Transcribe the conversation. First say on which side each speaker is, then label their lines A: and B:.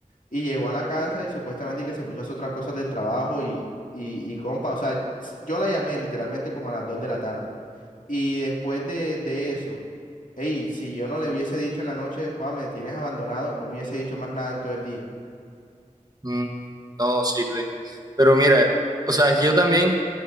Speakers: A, on the left; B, on the right.
A: Y llegó a la casa y supuestamente que se puso a hacer otras cosas del trabajo y, y, y compa, o sea, s- yo la llamé literalmente como a las 2 de la tarde. Y después de, de eso, hey, si yo no le hubiese dicho en la noche, Juan, me tienes abandonado, no me hubiese dicho más nada en todo el día.
B: Mm, no sirve. Pero mira, o sea, es que yo también...